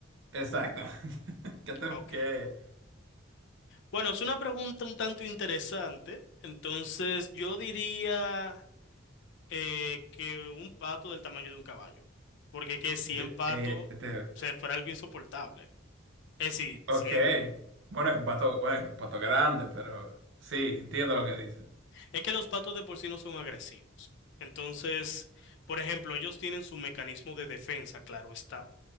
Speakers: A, on the right; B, on the left.
A: Exactamente. <laughs> ¿Qué te,
B: Ok.
A: qué-
B: Bueno, es una pregunta un tanto interesante. Entonces, yo diría... eh, que un pato del tamaño de un caballo. Porque que 100
A: de-
B: patos,
A: eh,
B: o
A: de-
B: sea, fuera algo insoportable. Es decir,
A: ok.
B: 100...
A: Bueno, es un pato, bueno, es un pato grande, pero sí, entiendo lo que dices.
B: Es que los patos de por sí no son agresivos. Entonces, por ejemplo, ellos tienen su mecanismo de defensa, claro está.